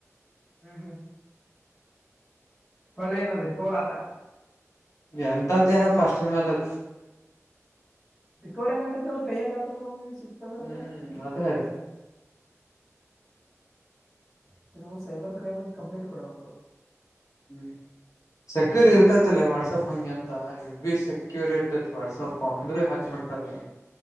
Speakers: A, in the centre; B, on the left.
A: ಹ್ಮ್ ಹ್ಮ್ ಒಳ್ಳೆ ಏನದ್ರೀ ಕೋರ ಆತ
B: ಎಂತತ ಏನ ಫಸ್ಟ್ ಮೇಲೆ
A: ರಿಿಕವರಿ ಹಂಗ ಆಕತ್ ಅವ್ರ ಕೈಯ್ಯಕತಂದ್ರಮ್ಮ ಈ ಸಿಕ್ತಂದ್ರದ
B: ಹ್ಮ್ ಅದೇ
A: ಇದು ನೀವು ಸೈಬರ್ ಕ್ರೈಮಿಗೆ ಕಂಪ್ಲೇಂಟ್ ಕೊಡಬೇಕು
B: ಹ್ಮ್ ಸೆಕ್ಯೂರಿ ಇರ್ತೈತಲ್ಲ ವಾಟ್ಸಪ್ ಹಂಗೆ ಅಂತ ಇ ಬಿ ಸೆಕ್ಯೂರಿ ಇರ್ತೈತಿ ವಾಟ್ಸಪ್ ಅಂದ್ರರು ಹಾಕಿ ಬಿಿಡ್ತಾರಲ್ಲ